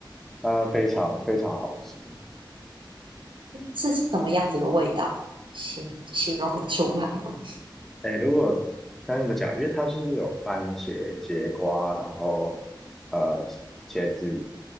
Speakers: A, in the centre; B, on the right (about 80°).
A: 它非常非常好吃。
B: 是是什么样子的味道？形形容得出来吗？
A: 哎，如果该怎么讲？因为它就是有番茄、节瓜，然后呃茄子，